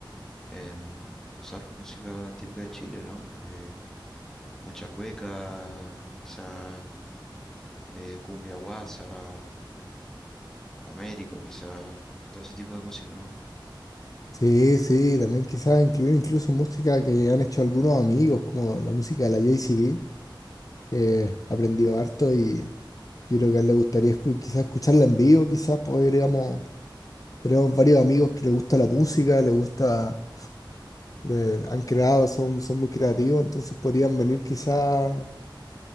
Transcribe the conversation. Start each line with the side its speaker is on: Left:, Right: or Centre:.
Centre: en usar música típica de Chile, ¿no? Eh, mucha cueca, quizá eh, cumbia guasa, Américo, quizá todo ese tipo de música, ¿no?
Left: Sí, sí, también quizás incluir incluso música que han hecho algunos amigos, como la música de la JCB, que aprendió harto y yo creo que a él le gustaría escu- quizás escucharla en vivo, quizás podríamos, tenemos varios amigos que les gusta la música, les gusta, le- han creado, son, son muy creativos, entonces podrían venir quizás